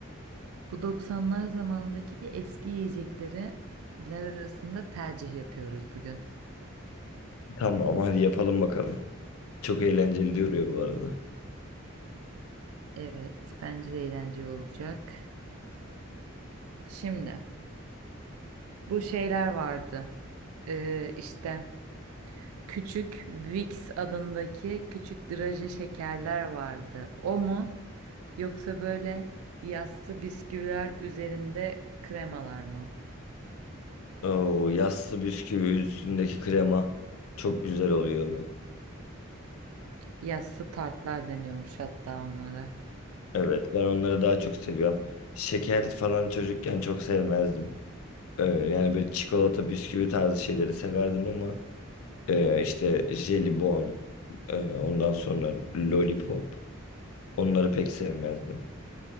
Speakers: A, on the right (about 85°); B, on the left (about 80°).
A: Bu 90'lar zamanındaki eski yiyecekleri ler arasında tercih yapıyoruz bugün.
B: Tamam hadi yapalım bakalım. Çok eğlenceli duruyor bu arada.
A: Evet, bence de eğlenceli olacak. Şimdi bu şeyler vardı. Ee, işte Küçük Vicks adındaki küçük draje şekerler vardı. O mu yoksa böyle yassı bisküviler üzerinde kremalar mı?
B: Oo, yassı bisküvi üstündeki krema çok güzel oluyordu.
A: Yassı tartlar deniyormuş hatta onlara.
B: Evet ben onları daha çok seviyorum. Şeker falan çocukken çok sevmezdim. Ee, yani böyle çikolata bisküvi tarzı şeyleri severdim ama e, işte jelibon e, ondan sonra lollipop onları pek sevmezdim.